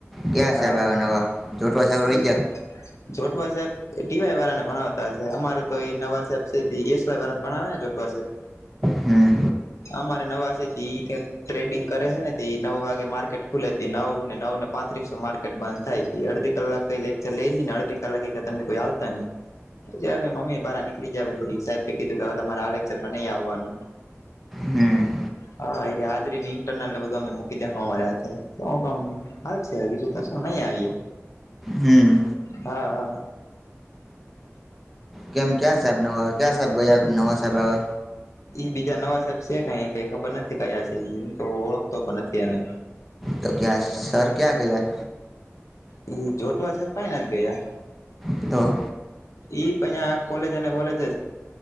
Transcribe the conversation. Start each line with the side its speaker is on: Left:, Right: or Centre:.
Centre: ક્યાં
Left: હા
Centre: સાહેબ આવ્યા નવા જોટવા સાહેબ રહી
Left: જોટવા
Centre: ગયા
Left: સાહેબ ટી વાય વાળા ને ભણાવતા હશે અમારે તો એ નવા સાહેબ છે એસ વાય વાળાને ભણાવે ને જોટવા સાહેબ
Centre: હમ
Left: અમારે નવા છે થી ટ્રેડિંગ કરે છે ને નવ વાગે માર્કેટ ખુલે નવને નવ ને પાંચ માર્કેટ બંધ થાય અડધી કલાક ક લેકચર લઈ ન ને અડધી કલાક તમને કોઈ આવતા નહી મમ્મી બહાર નીકળી જયાી સાહેબ કીધું કે તમારા આલેક્સરમાં નહી આવવાનું
Centre: હમ
Left: હા એ હાજરી ઇન્ટરનલ બધું અ મૂકી દે અમારા હાથે હાલ છે બીજું કશું નહી આવીએ
Centre: હમ
Left: હા હા
Centre: કેમ ક્યા સાહેબ નવા કેમ સાહેબ ગયા નવા સાહેબ હવે
Left: એ બીજા નવા સાહેબ છે ક કઈ ખબર નથી કયા છે તો ઓળખતો પણ નથી એને
Centre: તો ક્યાં સર ક્યાં ગયા
Left: એ જોટવા છે કઈ નહી નથી ગયા
Centre: તો
Left: ઈ પણં કોલેજ અને કોલેજ છે